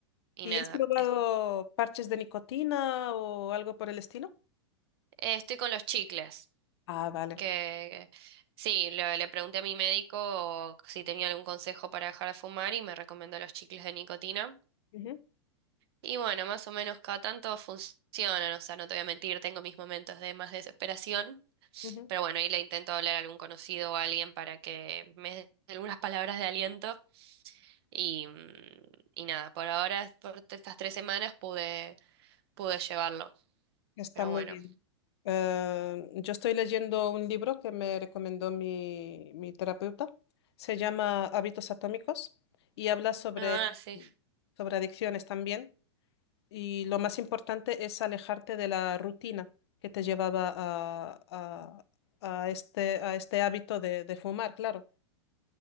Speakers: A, on the right; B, on the left.
A: y
B: ¿Y
A: nada,
B: has probado
A: Es-
B: parches de nicotina o algo por el estilo?
A: eh, estoy con los chicles,
B: Ah, vale.
A: que sí, le, le pregunté a mi médico si tenía algún consejo para dejar de fumar y me recomendó los chicles de nicotina.
B: Ujú,
A: Y bueno, más o menos cada tanto funcionan, o sea, no te voy a mentir, tengo mis momentos de más desesperación,
B: ujú.
A: pero bueno, ahí le intento hablar a algún conocido o a alguien para que me dé algunas palabras de aliento y, mm, y nada, por ahora, por estas tres semanas pude, pude llevarlo,
B: Está
A: pero
B: muy
A: bueno.
B: bien. Eh, yo estoy leyendo un libro que me recomendó mi, mi terapeuta. Se llama Hábitos Atómicos y habla sobre,
A: Ah, sí,
B: sobre adicciones también. Y lo más importante es alejarte de la rutina que te llevaba a, a- a este, a este hábito de, de fumar, claro.